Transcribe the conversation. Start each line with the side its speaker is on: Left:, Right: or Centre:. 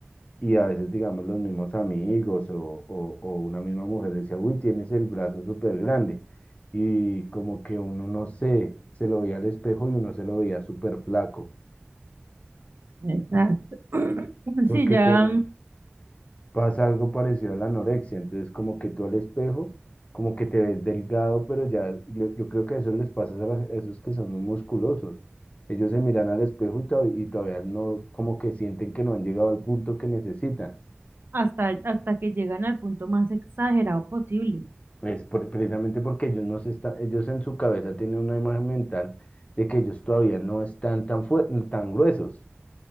Left: y a veces, digamos, los mismos amigos o, o, o una misma mujer decía, uy, tienes el brazo súper grande y como que uno no sé, se lo veía al espejo y uno se lo veía súper flaco,
Right: Exacto.
Left: porque
Right: Sí, ya
Left: te,
Right: mm,
Left: pasa algo parecido a la anorexia, entonces como que tú al espejo, como que te ves delgado, pero ya le- yo creo que eso les pasa a, las- a esos que son muy musculosos. Ellos se miran al espejo y, to- y todavía no, como que sienten que no han llegado al punto que necesitan.
Right: hasta, hasta que llegan al punto más exagerado posible.
Left: Es por- precisamente porque ellos no se están, ellos en su cabeza tienen una imagen mental de que ellos todavía no están tan, fue- tan gruesos.